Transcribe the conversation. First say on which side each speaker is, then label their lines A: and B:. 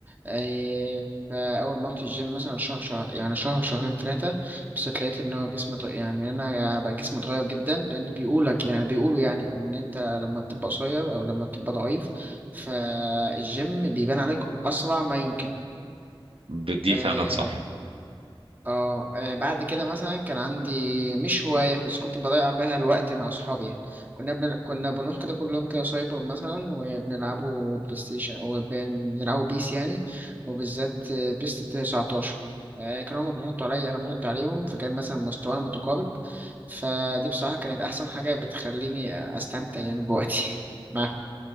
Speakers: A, on the right; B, on the right.
A: آه، فاول ما رحت الجيم مثلا شهر شهر يعني شهر شهرين ثلاثه بس لقيت ان هو جسمي ط- يعني انا بقى جسمي اتغير جدا لان بيقولك يعني بيقولوا يعني ان انت لما بتبقى قصير او لما بتبقى ضعيف فالجيم بيبان عليك اسرع ما يمكن
B: ب- دي
A: آه،
B: فعلا صح
A: اه آه، بعد كده مثلا كان عندي مش هواية بس كنت بضيع بيها الوقت مع صحابي يعني كنا بن... كنا بنروح كده كل يوم كده سايبر مثلا وبنلعبوا بلاي ستيشن وبنلعبوا بيس يعني وبالذات آه، بيس 19 آه، كانوا هما بيحطوا عليا أنا بحط عليهم فكان مثلا مستوانا متقارب فدي بصراحة كانت أحسن حاجة بتخليني آه، أستمتع يعني بوقتي <laughs> معاهم